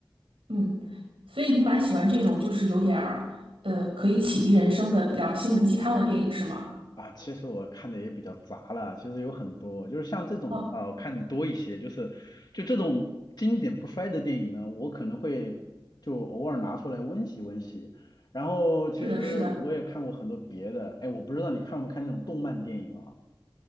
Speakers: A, on the right; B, on the left.
A: 嗯，所以你蛮喜欢这种就是有点儿呃可以启迪人生的比较心灵鸡汤的电影是吗？
B: 啊，其实我看的也比较杂了，其实有很多，就是像这种的话，
A: 哦，
B: 我看多一些，就是就这种经典不衰的电影呢，我可能会就偶尔拿出来温习温习。然后其实我也看过很多别的，
A: 是的，是的，
B: 哎，我不知道你看不看那种动漫电影啊？